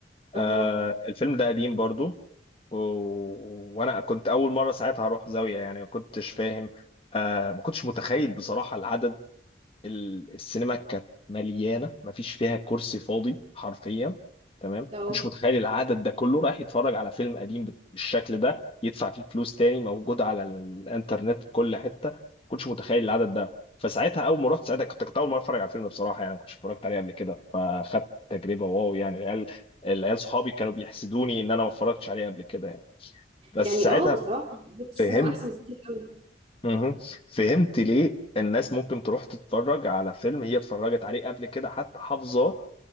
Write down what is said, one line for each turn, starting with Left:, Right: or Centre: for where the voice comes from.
Left: آه
Right: اها
Left: الفيلم ده قديم برضو و... وانا كنت اول مره ساعتها اروح زاويه يعني ما كنتش فاهم آه ما كنتش متخيل بصراحه العدد ال- السينما كانت مليانه مفيش فيها كرسي فاضي حرفيا تمام
Right: لو
Left: كنتش متخيل العدد ده كله رايح يتفرج على فيلم قديم بالشكل ده يدفع فيه فلوس تاني موجود على الانترنت في كل حته كنتش متخيل العدد ده فساعتها اول ما رحت ساعتها كنت كنت اول مره اتفرج على الفيلم بصراحه يعني ما كنتش اتفرجت عليه قبل كده فاخدت تجربه واو يعني العيال العيال صحابي كانوا بيحسدوني ان انا ما اتفرجتش عليه قبل كده يعني بس
Right: يعني
Left: ساعتها
Right: اه بصراحه تجربه السينما
Left: فهمت
Right: احسن بكتير قوي
Left: مهم. فهمت ليه الناس ممكن تروح تتفرج على فيلم هي اتفرجت عليه قبل كده حتى حافظاه